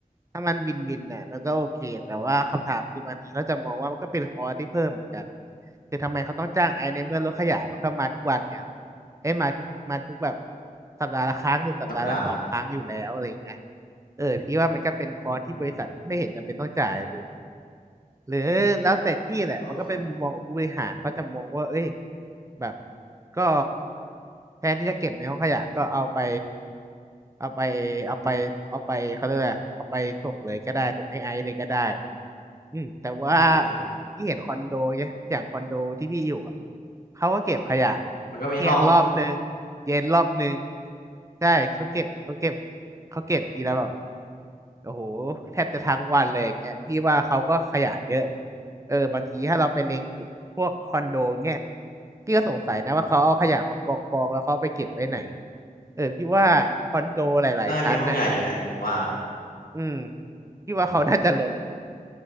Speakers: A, on the right; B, on the left.
A: ถ้ามันวินวินน่ะมันก็โอเคแต่ว่าคำถามคือบางทีเขาจะมองว่ามันก็เป็นคอร์สที่เพิ่มเหมือนกันคือทำไมเขาต้องจ้างไอซ์ในเมื่อรถขยะมันก็มาทุกวันเนี่ยเอ้ยมาทุกมาทุกแบบสัปดาห์ละครั้งหรือสัปดาห์ละสองครั้งอยู่แล้วอะไรเงี้ย
B: สัปดาห์
A: เออพี่ว่ามันก็เป็นคอร์สที่บริษัทไม่เห็นจำเป็นต้องจ่ายเลย
B: อืม
A: หรือแล้วแต่ที่แหละมันก็เป็นมุมมองของผู้บริหารเขาจะมองว่าเอ้ย
B: โอเค
A: แบบก็แทนที่จะเก็บในห้องขยะก็เอาไป เอาไปเอาไปเอาไปเขาเรียกอะไรเอาไปส่งเลยก็ได้ส่งให้ไอซ์เลยก็ได้เงี้ยอืมแต่ว่า
B: อืม
A: ที่เห็นคอนโดเนี่ยอย่างคอนโดที่พี่อยู่อะเขาก็เก็บขยะ
B: มันก็มีห้อง
A: เที่ยงรอบหนึ่งเย็นรอบหนึ่งใช่เขาเก็บเขาเก็บเขาเก็บทีละแบบ โอ้โหแทบจะทั้งวันเลยอย่างเงี้ยพี่ว่าเขาก็ขยะเยอะเออบางทีถ้าเราไปเล็งกลุ่มพวกคอนโดเงี้ยพี่ก็สงสัยนะว่าเขาเอาขยะมากองกองแล้วเขาไปเก็บไว้ไหนเออพี่ว่าคอนโดหลายๆชั้นน่ะ
B: น่าจะมีห้องใหญ่อยู่แหละผมว่า
A: อืมพี่ว่าเขาน่าจะล้น